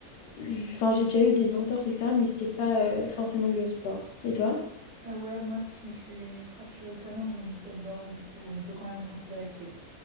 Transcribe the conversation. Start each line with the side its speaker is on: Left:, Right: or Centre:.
Left: j- enfin, j'ai déjà eu des entorses, etc., mais c'était pas euh, forcément lié au sport. Et toi?
Right: Euh, ouais, moi, si je me suis fracturé le poignet en faisant du skateboard, du coup, on peut quand même considérer que oui.